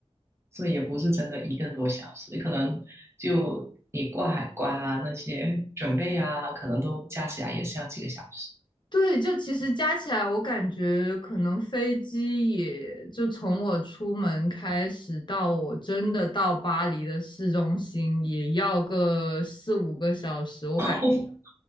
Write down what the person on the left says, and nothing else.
对，就其实加起来，我感觉可能飞机也就从我出门开始到我真的到巴黎的市中心，也要个四五个小时。我感